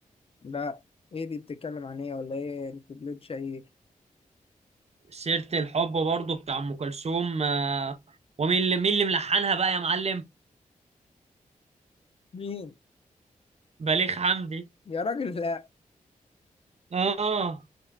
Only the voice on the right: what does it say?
سيرة الحب برضو بتاع ام كلثوم آه. ومين اللي مين اللي ملحنها بقى يا معلم
بليغ حمدي
اه